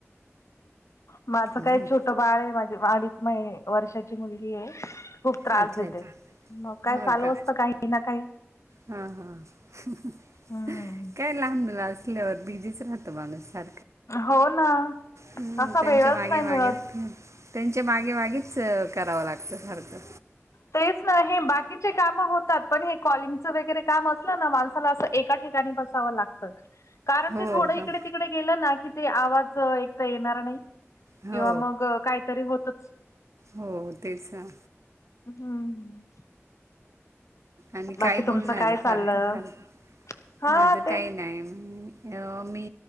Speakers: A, on the left; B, on the right.
A: माझं
B: हम्म.
A: काय छोट तो बाळ आहे माझी अडीच महि वर्षाची मुलगी आहे खूप त्रास
B: अच्छा
A: देते
B: अच्छा
A: मग काय
B: हो
A: चालू
B: का
A: असतं काही ना काही.
B: हा हा
A: हम्म
B: काय लहान मुलं असल्यावर बीजीच राहतं माणूस सा
A: हो ना
B: हम्म
A: असा
B: त्यांच्या
A: वेळच
B: मागे
A: नाही
B: मागे.
A: मिळत
B: त्यांच्या मागे मागेच करावं लागतं सारखं
A: तेच ना हे बाकीचे काम होतात पण हे कॉलिंगच वगैरे काम असलं ना माणसाला असं एका ठिकाणी बस बघावं लागत कारण
B: हो
A: ते थोडं इकडे
B: पण
A: तिकडे गेलं ना की ते आवाज एक तर येणार नाही
B: हो
A: किंवा मग काहीतरी होतच
B: हो तेचंना.
A: हम्म.
B: आणि
A: बाकी
B: काय
A: तुमचं
B: बोलणार
A: काय
B: आहे
A: चाललं?
B: सारखं सारखं
A: हा
B: माझं
A: तेच.
B: काही नाही म त अ मी